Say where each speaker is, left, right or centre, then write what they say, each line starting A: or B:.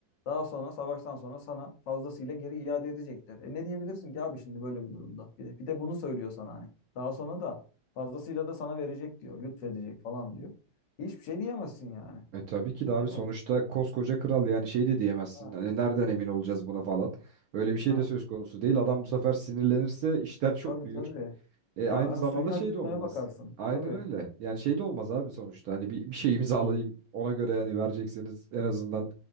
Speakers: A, on the left; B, on the right.
A: Daha sonra savaştan sonra sana fazlasıyla geri iade edecekler. E ne diyebilirsin ki abi şimdi böyle bir durumda? Bir de, bir de bunu söylüyor sana hani. Daha sonra da fazlasıyla da sana verecek diyor. Lütfedecek falan diyor. Hiçbir şey diyemezsin yani.
B: E tabii ki de abi
A: Değil
B: sonuçta
A: mi?
B: koskoca kral yani şey de diyemezsin.
A: Ha.
B: Hani nereden emin olacağız buna falan. Öyle bir şey
A: Ha.
B: de söz konusu değil. Adam bu sefer sinirlenirse işler çok
A: Tabii
B: büyür.
A: tabii.
B: E
A: Ya
B: aynı
A: hani
B: zamanda
A: suyuna
B: şey
A: gitmeye
B: de olmaz.
A: bakarsın.
B: Aynen
A: Tabii.
B: öyle. Yani şey de olmaz abi sonuçta. Hani bir, bir şey imzalayayım ona göre yani verecekseniz en azından